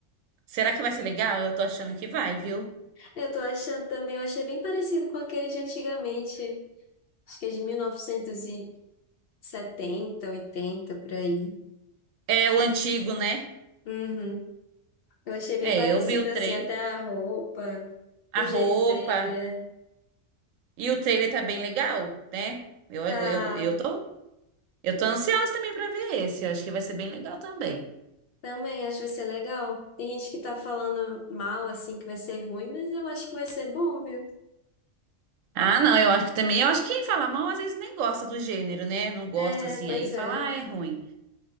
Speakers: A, on the right; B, on the left.
A: será que vai ser legal? Eu tô achando que vai, viu?
B: Eu tô achando também, eu achei bem parecido com aquele de antigamente. Acho que é de mil e novecentos e setenta, 80 por aí.
A: É o antigo, né?
B: Uhum. Eu achei bem
A: É,
B: parecido,
A: eu vi o
B: assim,
A: trailer,
B: até a roupa,
A: a
B: o
A: roupa.
B: jeito dele. é.
A: E o trailer tá bem legal, né? Eu,
B: Tá,
A: eu, eu tô, eu tô ansiosa também pra ver esse. Eu acho que vai ser bem legal também.
B: também acho que vai ser legal. Tem gente que tá falando mal, assim, que vai ser ruim, mas eu acho que vai ser bom, viu?
A: Ah, não, eu acho que também. Eu acho que quem fala mal às vezes nem gosta do gênero, né? Não gosta
B: É,
A: assim,
B: pois
A: aí fala,
B: é.
A: ah, é ruim.